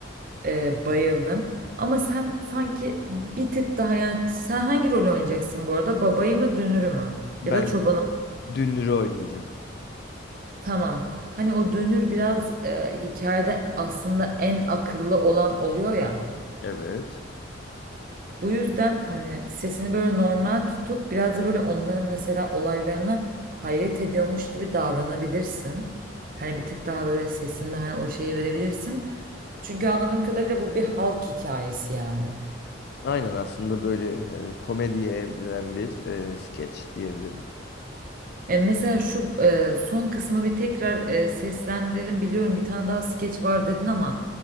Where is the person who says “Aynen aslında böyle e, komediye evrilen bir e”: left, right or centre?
Left